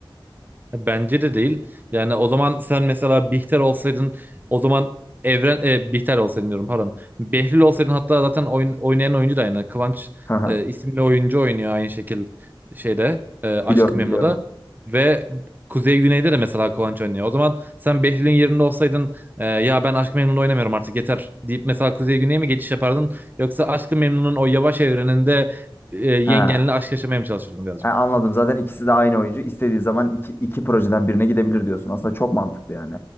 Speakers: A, on the right; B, on the left.
A: Bence de değil. Yani o zaman sen mesela Bihter olsaydın o zaman Evren e, Bihter olsaydın diyorum pardon. Behlül olsaydın hatta zaten oyun, oynayan oyuncu da aynı. Kıvanç
B: <laughs> Haha,
A: e, isimli oyuncu oynuyor aynı şekil şeyde e, Aşk-ı
B: Biliyorum
A: Memnu'da.
B: biliyorum.
A: Ve Kuzey Güney'de de mesela Kıvanç oynuyor. O zaman sen Behlül'ün yerinde olsaydın e, ya ben Aşk-ı Memnu'da oynamıyorum artık yeter deyip mesela Kuzey Güney'e mi geçiş yapardın? Yoksa Aşk-ı Memnu'nun o yavaş evreninde e, yengenle
B: Ha.
A: aşk yaşamaya mı çalışırdın birazcık?
B: Ha, anladım. Zaten ikisi de aynı oyuncu. İstediği zaman iki, iki projeden birine gidebilir diyorsun. Aslında çok mantıklı yani.